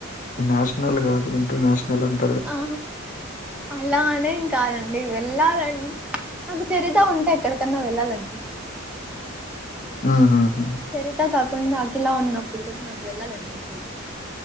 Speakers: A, on the left; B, in the centre.
A: నేషనల్ కాదు ఇంటర్నేషనల్ అంటే
B: ఆ అలానేం కాదండి వెళ్ళాలం నాకు చరిగా ఉంటే ఎక్కడికన్నా వెళ్ళాలినిపి
A: ఆహాహా
B: చరిత కాకుండా అఖిలా ఉన్నప్పుడు కూడా నాకు వెళ్ళాలనిపిచదు